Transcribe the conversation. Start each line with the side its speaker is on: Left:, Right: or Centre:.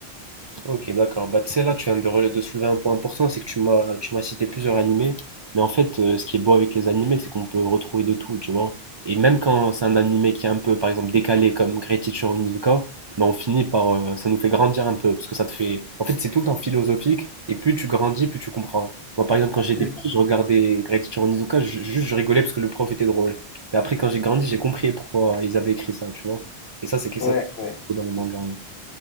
Right: Ok, d'accord. Bah, tu sais, là, tu viens de, rele- de soulever un point important, c'est que tu m'as tu m'as cité plusieurs animés. Mais en fait, euh, ce qui est beau avec les animés, c'est qu'on peut retrouver de tout, tu vois. Et même quand c'est un animé qui est un peu, par exemple, décalé comme Great Teacher Onizuka, bah, on finit par. euh, ça nous fait grandir un peu, parce que ça te fait. En fait, c'est tout le temps philosophique, et plus tu grandis, plus tu comprends. Moi, par exemple, quand j'étais
Left: C'est
Right: petit,
Left: ça.
Right: je regardais Great Teacher Onizuka, ju- juste je rigolais parce que le prof était drôle. Mais après, quand j'ai grandi, j'ai compris pourquoi ils avaient écrit ça, tu vois. Et ça, c'est que ça,
Left: Ouais, ouais.
Right: c'est dans les mangas. hein.